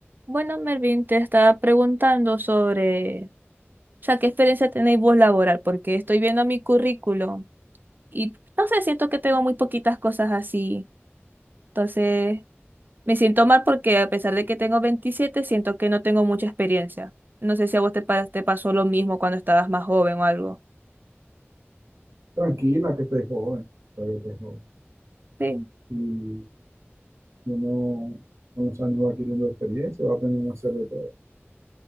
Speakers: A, on the right (about 45°); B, on the right (about 80°).
A: Bueno, Mervin, te estaba preguntando sobre, o sea, ¿qué experiencia tenéis vos laboral? Porque estoy viendo mi currículum y no sé, siento que tengo muy poquitas cosas así. Entonces, me siento mal porque a pesar de que tengo 27 siento que no tengo mucha experiencia. No sé si a vos te, pa- te pasó lo mismo cuando estabas más joven o algo.
B: tranquila, que te joven, todavía te joven.
A: Sí.
B: Y uno con los años va adquiriendo experiencia, va aprendiendo a hacer de todo.